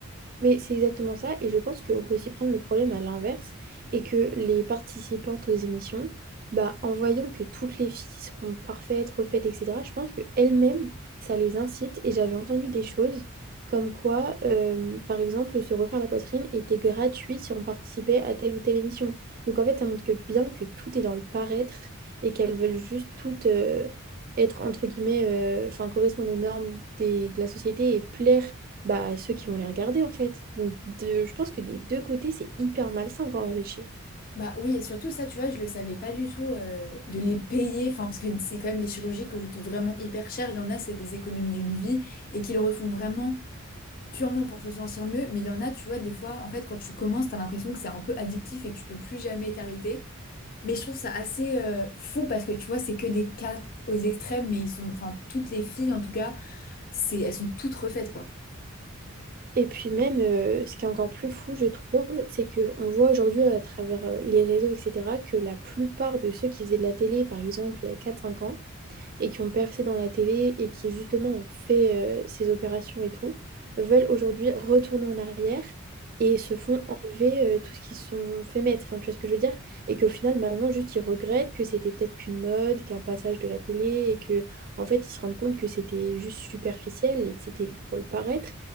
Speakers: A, on the right; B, on the left.
A: Mais c'est exactement ça, et je pense qu'on peut aussi prendre le problème à l'inverse, et que les participantes aux émissions, bah, en voyant que toutes les filles sont parfaites, refaites, etc., je pense qu'elles-mêmes, ça les incite, et j'avais entendu des choses comme quoi, euh, par exemple, se refaire la poitrine était gratuit si on participait à telle ou telle émission. Donc en fait, ça montre que bien que tout est dans le paraître, et qu'elles veulent juste toutes euh, être, entre guillemets, euh, enfin, correspondre aux normes des- de la société et plaire bah, ceux qui vont les regarder en fait. Donc de- je pense que des deux côtés, c'est hyper malsain quand on réfléchit.
B: Bah oui, et surtout ça, tu vois, je le savais pas du tout euh, de les payer, enfin parce que c'est quand même des chirurgies qui coûtent vraiment hyper cher. Il y en a, c'est des économies d'une vie et qui le refont vraiment purement pour se sentir mieux. Mais il y en a, tu vois, des fois, en fait, quand tu commences, t'as l'impression que c'est un peu addictif et que tu peux plus jamais t'arrêter. Mais je trouve ça assez euh, fou parce que tu vois, c'est que des cas aux extrêmes, mais ils sont, enfin toutes les filles en tout cas, c'est, elles sont toutes refaites quoi.
A: Et puis même, euh, ce qui est encore plus fou, je trouve, c'est qu'on voit aujourd'hui à travers euh, les réseaux, etc., que la plupart de ceux qui faisaient de la télé, par exemple, il y a quatre cinq ans, et qui ont percé dans la télé et qui justement ont fait euh, ces opérations et tout, veulent aujourd'hui retourner en arrière et se font enlever euh, tout ce qu'ils se sont fait mettre, Enfin, tu vois ce que je veux dire? Et qu'au final, maintenant, juste, ils regrettent que c'était peut-être qu'une mode, qu'un passage de la télé et que, en fait, ils se rendent compte que c'était juste superficiel et que c'était pour le paraître.